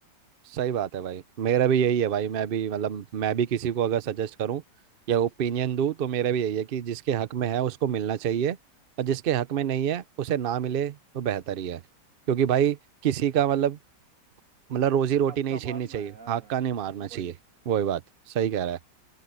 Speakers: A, on the right (about 70°); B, on the right (about 50°).
A: सही बात है भाई मेरा भी यही है भाई मैं भी मतलब मैं भी किसी को अगर सजेस्ट करूं या ओपिनियन दूं तो मेरा भी यही है कि जिसके हक में है उसको मिलना चाहिए और जिसके हक में नहीं है उसे ना मिले तो बेहतर ही है क्योंकि भाई किसी का मतलब मतलब रोजी रोटी
B: हक्का
A: नहीं छीननी
B: मारना
A: चाहिए
B: है यार
A: हक्का नहीं मारना चाहिए
B: वही
A: वही बात सही
B: वही
A: कह रहा है